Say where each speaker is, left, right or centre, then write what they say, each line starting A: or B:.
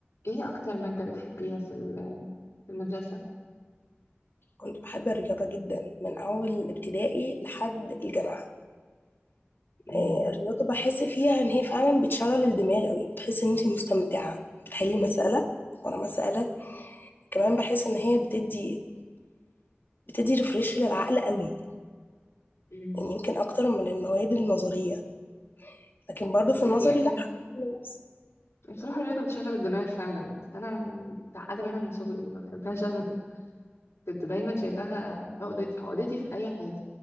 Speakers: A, on the left; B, on the left.
A: ايه اكتر مادة بتحبيها في ال- في المدرسة
B: كنت بحب الرياضة جدا من أول ابتدائي لحد الجامعة
A: امم
B: آه، الرياضة بحس فيها إن هي فعلا بتشغل الدماغ أوي بتحس إن أنت مستمتعة بتحلي مسألة ورا مسألة كمان بحس إن هي بتدي بتدي ريفريش للعقل أوي
A: امم
B: يعني يمكن أكتر من المواد النظرية لكن برضو
A: يعني
B: في النظري
A: هي فعلا
B: لأ حقيقي نفس.
A: بصراحة الرياضة بتشغل الدماغ فعلا بس انا متعقدة منها من صغري ما بحبهاش ابدا كنت دايما شايفاها عقدتي عقدتي في اي حاجة